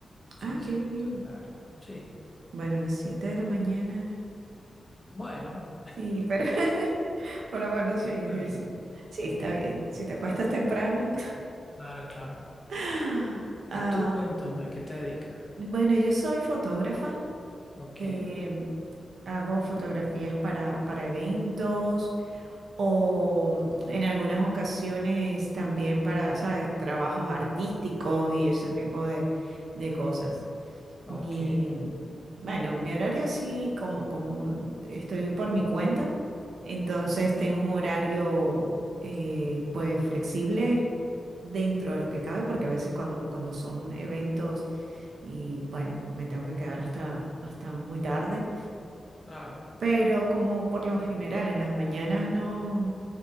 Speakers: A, on the left; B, on the right.
A: Sencillito
B: Ah, qué bien.
A: el horario. Sí.
B: Bueno, a las 7 de la mañana.
A: Bueno,
B: Sí, pero... <laughs> Pero bueno,
A: pero
B: sí,
A: está
B: sí,
A: bien.
B: sí. Sí, está bien. Si te acuestas temprano.
A: Claro, claro.
B: <laughs>
A: Y
B: Ah.
A: tú cuéntame, ¿a qué te dedicas?
B: Bueno, yo soy fotógrafa,
A: Ok,
B: em, hago fotografías para, para eventos o en algunas ocasiones también para, ¿sabes? trabajos artísticos y ese tipo de, de cosas.
A: ok.
B: Mi, bueno, mi horario sí, como, como estoy por mi cuenta, entonces tengo un horario eh, pues flexible dentro de lo que cabe, porque a veces cuando, cuando son eventos y bueno, me tengo que quedar hasta, hasta muy tarde,
A: Claro,
B: pero como por lo general en las mañanas no,